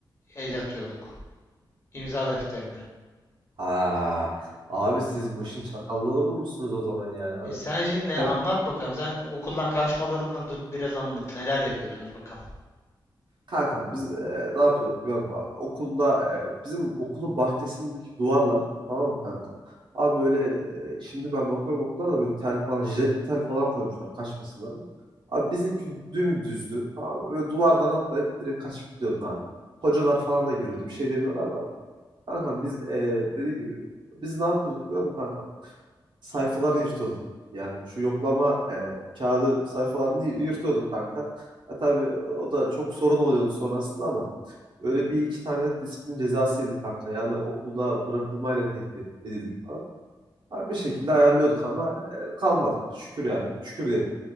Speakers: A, on the left; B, on the right.
A: el atıyorduk. İmza defterine.
B: Ha, abi siz bu işin çakallığını bulmuşsunuz o zaman yani. Hani
A: E, sen şimdi
B: hem
A: anlat bakalım. Sen okuldan kaçmalarından tut biraz anlat. Neler yapıyordunuz bakalım.
B: kanka biz e, ne yapıyorduk biliyor musun abi? Okulda e, bizim okulun bahçesindeki duvarlar tamam mı kanka? Abi öyle e, şimdi ben bakıyorum okullarda böyle tel falan jiletli tel falan koymuşlar kaçmasınlar diye. Abi bizimki dümdüzdü. Tamam mı? Böyle duvardan atlayıp direkt kaçıp gidiyordun abi. Hocalar falan da görüyordu. Bir şey demiyorlardı ama. Kankam biz e, dediğin gibi biz ne yapıyorduk biliyor musun kankam? sayfaları yırtıyorduk. Yani şu yoklama e, kağıdı sayfalarını yırtıyorduk kanka. Ya tabii o da çok sorun oluyordu sonrasında ama öyle bir iki tane de disiplin cezası yedik kanka. Yani okulda bırakılmayla tehdit edildik falan. Her bir şekilde ayarlıyorduk ama e, kalmadık. Şükür yani. Şükür diyelim.